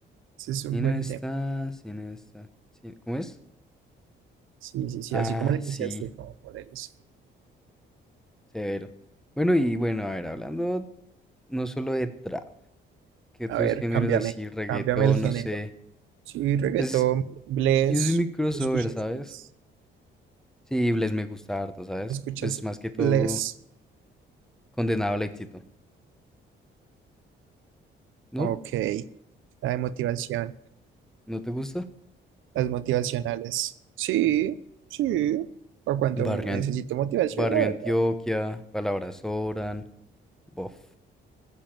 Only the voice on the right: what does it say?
sí es un
buen
tema.
Sí, sí, sí,
así como le iniciaste,
como, como le inicié.
A
ver,
cámbiame,
cámbiame el género.
Sí, reggaetón,
Bless.
¿Tú escuchas
Bless?
¿Escuchas
Bless?
Ok, la de motivación,
las motivacionales. Sí, sí, por cuanto
necesito
motivación,
la verdad.